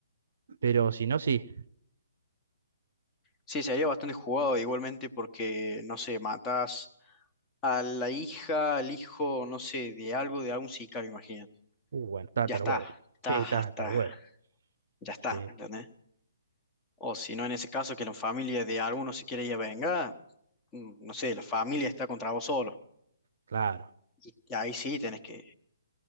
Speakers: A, on the right (about 60°); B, on the left (about 20°).
A: pero si no, sí.
B: Sí, sería bastante jugado igualmente porque, no sé, matas a la hija, al hijo, no sé, de algo, de algún sicario, imagínate.
A: Uh, bueno, está
B: Ya
A: hasta
B: está,
A: los huevos.
B: está,
A: Sí, está
B: hasta,
A: hasta los huevos.
B: ya está,
A: Sí,
B: ¿me ¿entendés? O si no, en ese caso, que la familia de alguno si quiere ir a vengar, mm, no sé, la familia está contra vos solo.
A: claro.
B: Y ahí sí tenés que,